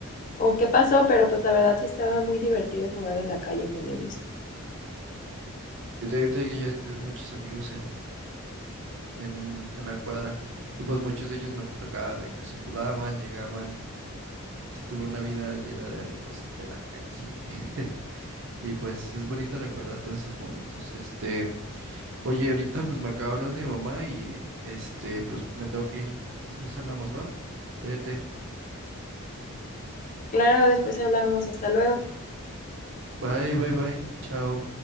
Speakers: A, on the left; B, on the right.
A: o qué pasó, pero pues la verdad sí estaba muy divertido jugar en la calle con ellos.
B: Yo también llegué a tener muchos amigos en, en, en la cuadra. Y pues muchos de ellos me tocaba de que se mudaban, llegaban. sí tuve una vida llena de amigos de la calle. <laughs> Y pues es bonito recordar todos esos momentos. Este, oye, ahorita pues me acaba de hablar de mi mamá y este, pues me tengo que ir. Después hablamos, ¿va? Cuídate.
A: Claro, después hablamos. Hasta luego.
B: Bye, bye, bye. Chao.